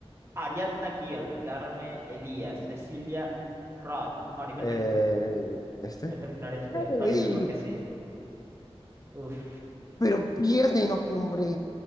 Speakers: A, on the right; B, on the left.
A: Ariadna Gill, Garme Elías, Cecilia Roth, Maribel
B: Eh,
A: Verdú.
B: ¿este?
A: Voy a seleccionar este, Maribel,
B: ¡Ey!
A: porque así. Uf,
B: Pero piérdenos, hombre.